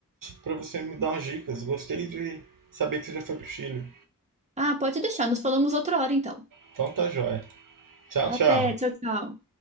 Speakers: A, on the right (about 70°); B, on the right (about 20°).
A: para você me dar umas dicas. Gostei de saber que você já foi pro Chile.
B: Ah, pode deixar, nos falamos outra hora então.
A: Então tá joia. Tchau,
B: Até,
A: tchau.
B: tchau, tchau.